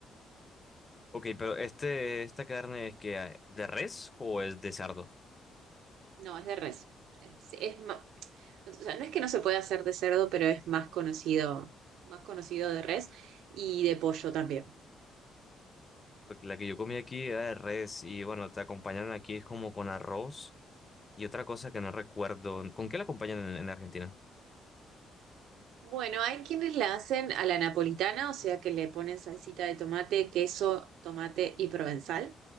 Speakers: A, on the left; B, on the right.
A: Ok, pero este, esta carne es que ah, de res o es de cerdo?
B: No, es de res. Es, es ma- o sea, no es que no se pueda hacer de cerdo, pero es más conocido, más conocido de res y de pollo también.
A: Porque la que yo comí aquí era de res y bueno, te acompañaron aquí es como con arroz y otra cosa que no recuerdo. ¿Con qué la acompañan en, en Argentina?
B: Bueno, hay quienes la hacen a la napolitana, o sea que le ponen salsita de tomate, queso, tomate y provenzal